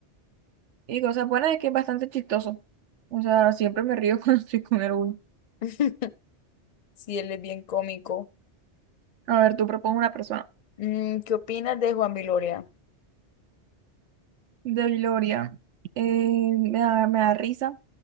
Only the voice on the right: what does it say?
y cosa buena es que es bastante chistoso. O sea, siempre me río <laughs> cuando estoy con el Will.
A ver, tú propones una persona
de Gloria. Eh, me da, me da risa.